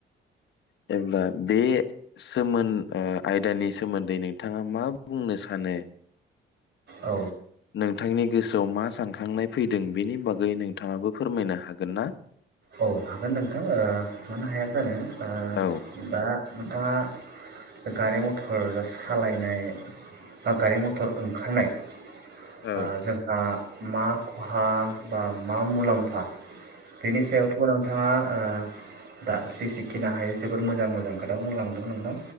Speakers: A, on the left; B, on the right.
A: जेब्ला बे सोमोन ओ आयदानि सोमोन्दै नोंथाङा मा बुंनो सानो
B: औ
A: नोंथांनि गोसोआव मा सानखांनाय फैदों बेनि बागै नोंथाङाबो फोरमायनो हागोन ना?
B: औ हागोन नोंथां ओ मानो हाया जानो ओ
A: औ
B: दा नोंथाङा बे गारि मथ'र सालायनाय बा गारि मथर ओंखारनाय
A: औ
B: आ जोंहा मा खहा बा मा मुलाम्फा बिनि सायाव थाङा ओ दा जि सिखिनि हायो जोबोर मोजां मोजां खोथा बुंलांदों नोंथां।